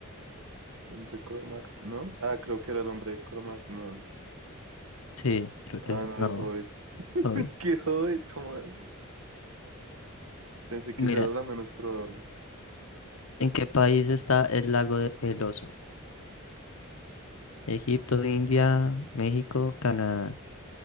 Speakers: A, on the right; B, on the left.
A: Hombre Cromagnon. Ah, creo que era el hombre Cromagnon.
B: Sí, creo que
A: Ah,
B: es.
A: no,
B: No,
A: el Hobbit. <laughs>
B: hoy.
A: Es que Hobbit, ¿cómo? es? Pensé que
B: Mira,
A: esa era la menos probable.
B: ¿en qué país está el lago de El Oso? Egipto,
A: Ey,
B: India, México, Canadá.